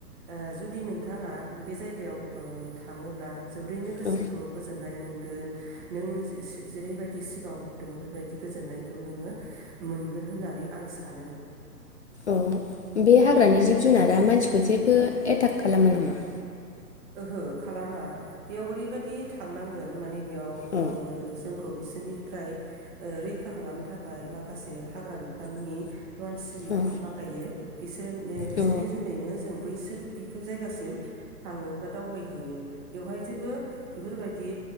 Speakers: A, on the right; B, on the left.
A: ओ जुदि नोंथाङा बे जायगायाव ओ थाङोब्ला जोबोरैनो गोसोखौ
B: औ
A: गोजोननाय मोनगोन नों जेरैबायदि सिगाङाव बुंदोंमोन बेबायदि गोजोननायखौ नोङो मोनगोन होननानै आं सानो
B: अ बे हाग्रानि जिब जुनारा मानसिखौ जेबो एटाक खालामा नामा?
A: ओहो खालामा बेयाव ओरैबायदि थांनांगोन माने बेयाव
B: औ
A: ओ जोंखौ बिसोरनिफ्राय ओ रैखा खालामनो थाखाय माखासे हाग्रा बिफाननि मानसिनि
B: औ
A: थांफाखायो किस बिसोरनि बिसोरनि
B: औ
A: जुनैनो जों बैसोर बेफोर जायगासिम थाङो बा दावबायहैयो बेवहाय जेबो बेफोरबायदि